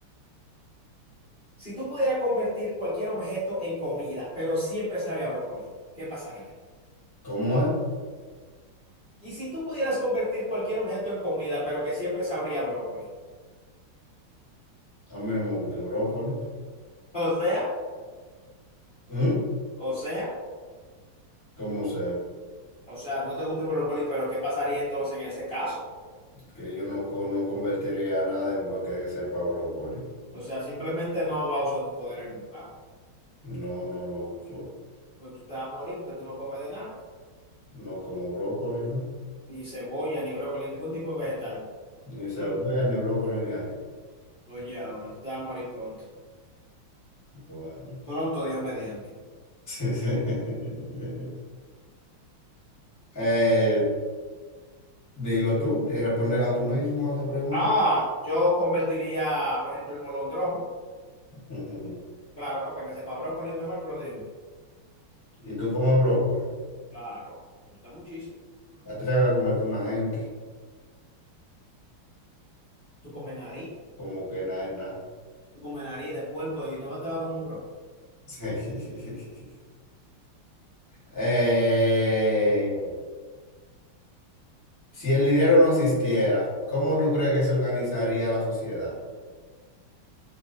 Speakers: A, on the left; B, on the left.
A: Si tú pudieras convertir cualquier objeto en comida, pero siempre sabía brócoli, ¿qué pasaría?
B: ¿Cómo es?
A: Y si tú pudieras convertir cualquier objeto en comida, pero que siempre sabría brócoli.
B: A mí no me gusta el brócoli.
A: O sea,
B: ¿Mm?
A: o sea,
B: ¿Cómo sea?
A: o sea, no te gusta el brócoli, pero ¿qué pasaría entonces en ese caso?
B: Que yo no, co- no convertiría nada en bro- que sepa brócoli.
A: O sea, simplemente no vas a usar tus poderes nunca.
B: No, no lo uso.
A: Pues tú te vas a morir porque tú no comes de nada,
B: No como brócoli, ¿no?
A: ni cebolla, ni brócoli, ningún tipo de vegetal.
B: Ni cebolla,
A: <laughs>
B: ni brócoli, ni ají.
A: Oye, ahora tú te vas a morir pronto.
B: Bueno.
A: Pronto, Dios mediante.
B: <laughs> Eh, dilo tú, di- respóndela tú mismo a esa pregunta.
A: Ah, yo convertiría, por ejemplo, el molondrón,
B: <laughs> Ujú.
A: claro, para que me sepa brócoli mejor, pero dime.
B: ¿Y tú comes brócoli?
A: Claro, me gusta muchísimo.
B: ¿Te Atreves a comerte una gente.
A: Tú comes nariz,
B: Como que nada es nada.
A: tú comes nariz de puerco y no te va como un brócoli.
B: <laughs> Eh, si el dinero no existiera, ¿cómo tú crees que se organizaría la sociedad?